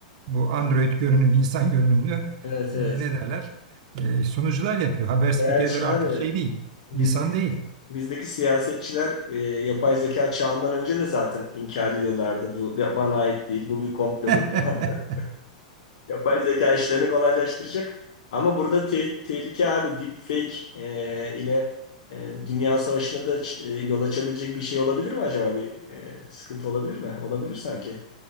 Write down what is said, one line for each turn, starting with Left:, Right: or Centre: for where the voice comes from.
Right: Bu Android
Left: Evet
Right: görünümlü, insan görünümlü
Left: evet.
Right: e,
Left: evet.
Right: ne derler? E, sunucular yapıyor. Haber spikerleri
Left: Gerçi
Right: artık
Left: abi
Right: şey değil,
Left: bizdeki
Right: insan değil.
Left: bizdeki siyasetçiler e, yapay zeka çağından önce de zaten inkar ediyorlardı. Bu bana ait değil. Bu bir komplodur
Right: <laughs>
Left: falan. <laughs> Yapay zeka işlerini kolaylaştıracak. Ama burada te- tehlike abi deepfake e, ile e, dünya savaşına da ç- e, yol açabilecek bir şey olabilir mi acaba? Bir e, sıkıntı olabilir mi? Olabilir sanki.